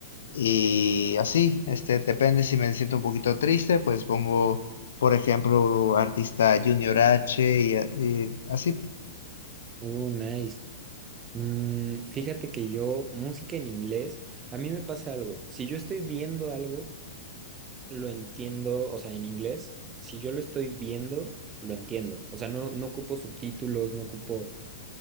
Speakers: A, on the left; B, on the right.
A: y así, este, depende si me siento un poquito triste, pues pongo, por ejemplo, artista Junior H y, a- y así,
B: Uh, nice. Mm, fíjate que yo, música en inglés, a mí me pasa algo. Si yo estoy viendo algo, lo entiendo, o sea, en inglés, si yo lo estoy viendo, lo entiendo. O sea, no, no ocupo subtítulos, no ocupo...